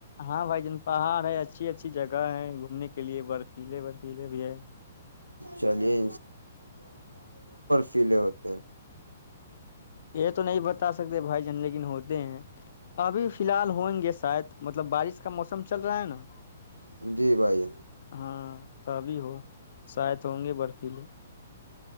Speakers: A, on the left; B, on the right.
A: ہاں بھائی جان پہاڑ ہے اچھی اچھی جگہ ہے گھومنے کے لیے برفیلے برفیلے بھی ہے
B: چلیے سیلے ہوتے ہیں
A: یہ تو نہیں بتا سکتے بھائی جان لیکن ہوتے ہیں ابھی فی الحال ہوئیں گے شاید مطلب بارش کا موسم چل رہا ہے نا
B: ہیں جی بھائی جان،
A: ہاں ت بھی ہو شاید ہوں گے برفیلے